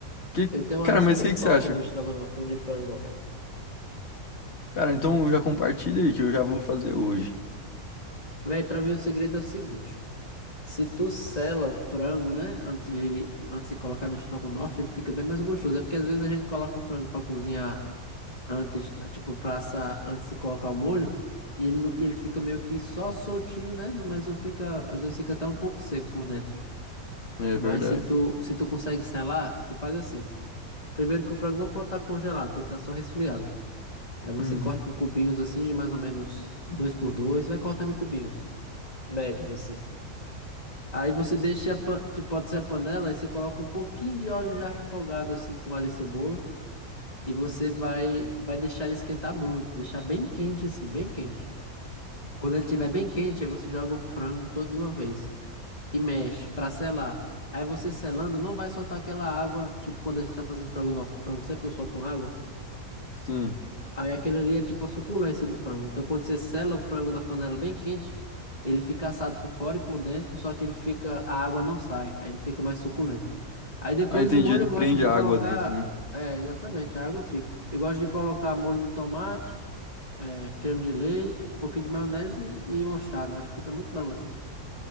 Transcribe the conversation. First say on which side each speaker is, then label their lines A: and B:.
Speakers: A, on the left (about 45°); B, on the left (about 25°).
A: Que,
B: Eu tenho uma
A: cara,
B: receita
A: mas o que
B: top
A: que você acha?
B: de estrogonofe de frango, velho.
A: Cara, então já compartilha aí que eu já vou fazer hoje.
B: Velho, pra mim o segredo é o seguinte. Se tu sela o frango, né, antes de, antes de colocar no estrogonofe, ele fica bem mais gostoso. É porque às vezes a gente coloca o frango pra cozinhar antes, tipo, pra assar antes de colocar o molho, e ele, não- e ele fica meio que só soltinho, né, não- mas não fica, às vezes fica até um pouco seco por dentro.
A: É
B: Mas
A: verdade.
B: se tu, se tu consegue selar, tu faz assim. Primeiro que o frango não pode estar congelado, tem que estar só resfriado. Aí você
A: Uhum.
B: corta em cubinhos assim, de mais ou menos dois por dois, vai cortando em cubinhos médios assim. Aí você deixa, a pan- que pode ser a panela, e você coloca um pouquinho de óleo já refogado assim com alho e cebola, e você vai vai deixar ele esquentar muito, deixar bem quente assim, bem quente. Quando ele estiver bem quente, aí você joga o frango todo de uma vez e mexe para selar. Aí você selando não vai soltar aquela água, tipo quando a gente tá fazendo estrogonofe, o frango sempre não solta uma água.
A: Sim.
B: Aí aquilo ali é tipo a suculência do frango. Então quando você sela o frango na panela bem quente, ele fica assado por fora e por dentro, só que ele fica, a água não sai, aí ele fica mais suculento. Aí depois
A: Ah, entendi.
B: o molho
A: Ele
B: eu gosto
A: prende
B: de
A: a
B: colocar,
A: água dentro, né?
B: é, exatamente, a água fica. Eu gosto de colocar molho de tomate, é, creme de leite, um pouquinho de maionese e mostarda. Acho que fica muito bom assim.